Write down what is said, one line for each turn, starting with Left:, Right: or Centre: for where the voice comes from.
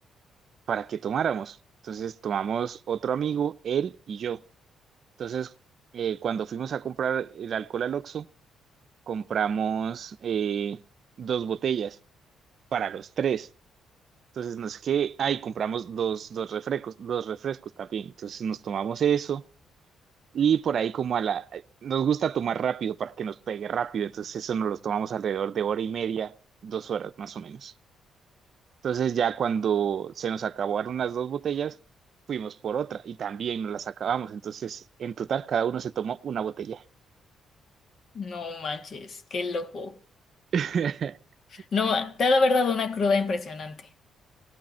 Right: para que tomáramos. Entonces, tomamos otro amigo, él y yo. Entonces, eh, cuando fuimos a comprar el alcohol al Oxxo, compramos eh, dos botellas para los tres. Entonces, no es que, ay, compramos dos, dos refrescos, dos refrescos también. Entonces, nos tomamos eso y por ahí como a la, eh, nos gusta tomar rápido para que nos pegue rápido. Entonces, eso nos los tomamos alrededor de hora y media, dos horas más o menos. Entonces, ya cuando se nos acabaron las dos botellas, fuimos por otra y también nos las acabamos. Entonces, en total, cada uno se tomó una botella.
Left: no manches, qué loco.
Right: <laughs>
Left: No, te ha de haber dado una cruda impresionante.